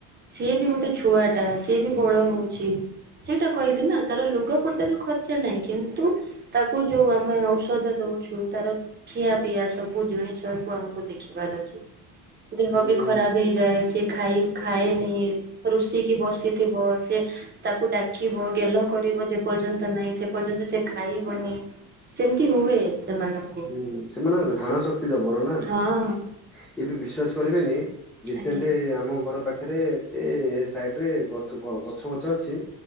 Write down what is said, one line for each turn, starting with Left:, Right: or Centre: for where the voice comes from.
Right: ସିଏ ବି ଗୋଟେ ଛୁଆଟା ଆ ସିଏ ବି ବଡ ହଉଛି ସେଇଟା କହିଲି ନା ତାର ଲୁଗାପଟାରେ ଖର୍ଚ ନାଇ କିନ୍ତୁ ତାକୁ ଯୋଉ ଆମେ ଔଷଧ ଦଉଛୁ ତାର ଖିଆ ପିଆ ସବୁ ଜିଣିଷ କୁ ଆମକୁ ଦେଖିବାର ଅଛି। <inaudible> ଦେହ
Centre: ହୁଁ
Right: ବି ଖରାପ ହେଇଯାଏ। ସେ ଖାଇ ଖାଏନି ଇ ରୁଷିକି ବସିଥିବ। ସେ ତାକୁ ଡାକ ଡାକିବ ଗେଲ କରିବ ଯେପର୍ଯ୍ୟନ୍ତ ନାଇଁ ସେ ଯେ ପର୍ଯ୍ୟନ୍ତ ସେ ଖାଇବନି ସେମିତି ହୁଏ। ସେମାନଙ୍କୁ
Centre: ହୁଁ ସେମାନଙ୍କ ଘ୍ରାଣା ଶକ୍ତି ଜବର ନା
Right: ହଁ
Centre: <inaudible> ଏବେ ବିଶ୍ଵାସ କରିବେନି ଏ ରିସେଣ୍ଟେ,
Right: ଆଜ୍ଞା
Centre: ଆମ ଘର ପାଖେରେ। ଏ ଏ ସାଇଟ ରେ ଗଛ ଗଛ ଗଛ ଅଛି ଇ